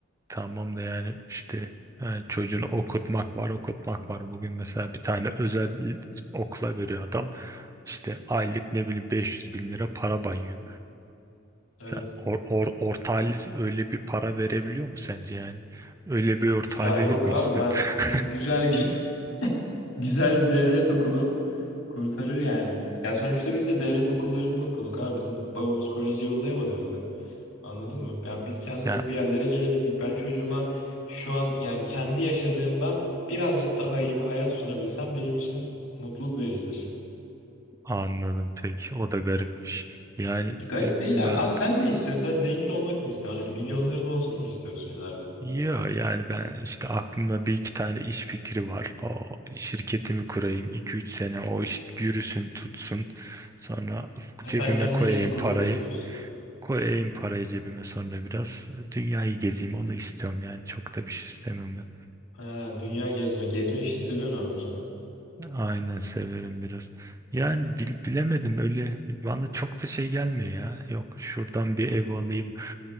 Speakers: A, on the right; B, on the left.
A: tamam da yani işte e, çocuğunu okutmak var okutmak var. Bugün mesela bir tane özel okula veriyor adam işte aylık ne bileyim 500 bin lira para bayıyor.
B: Evet.
A: Sen or, or- orta halli öyle bir para verebiliyor mu sence yani? Öyle bir orta
B: Ya
A: hallilik
B: yok
A: mi
B: abi
A: istiyorsun?
B: ben
A: <laughs>
B: gü- güzel <laughs> güzel bir devlet okulu kurtarır yani. Ya sonuçta biz de devlet okullarında okuduk abi. Bizim babamız koleje yollayamadı bizi. Anladın mı? Ya biz kendimiz
A: Yani
B: bir yerlere gelebildik. Ben çocuğuma şu an yani kendi yaşadığımdan birazcık daha iyi bir hayat sunabilsem benim için mutluluk vericidir.
A: Anladım peki. O da garipmiş. Yani
B: Garip
A: e,
B: değil
A: ben
B: abi. Abi sen ne istiyorsun? Sen zengin olmak mı istiyorsun? Hani milyonların olsun mu istiyorsun ileride?
A: ya yani ben işte aklımda bir iki tane iş fikri var. O şirketimi kurayım iki üç sene o iş yürüsün tutsun. Sonra
B: Ha
A: cebime
B: sen kendi
A: koyayım
B: işini kurmak
A: parayı.
B: istiyorsun.
A: Koyayım parayı cebime sonra biraz dünyayı gezeyim onu istiyorum yani çok da bir şey istemem ben.
B: Ha dünya gezme. Gezme işini seviyorsun abi o zaman.
A: Aynen severim biraz. Yani bil- bilemedim öyle bana çok da şey gelmiyor ya. Yok şuradan bir ev alayım